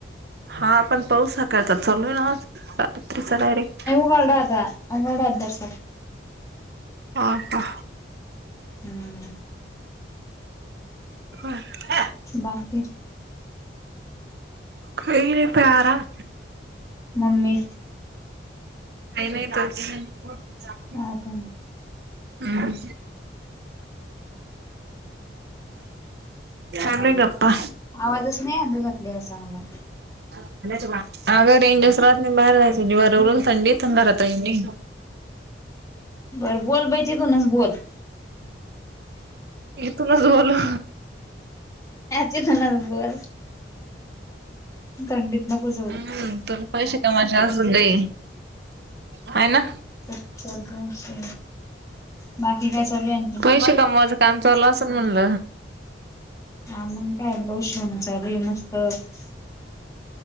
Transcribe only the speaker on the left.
<unintelligible>
हम्म
बाकी
मम्मी
हा का
आवाजच नाही तुझा क्लिअर चांगला.
बर बोल बयी तिथूनच बोल.
तिथूनच बोल. थंडीत नको जाऊ.
सत्तर दोनशे बाकी काय चालू आहे आणखी
हा मग काय ब्लाऊज शिवण चालु आहे मस्त.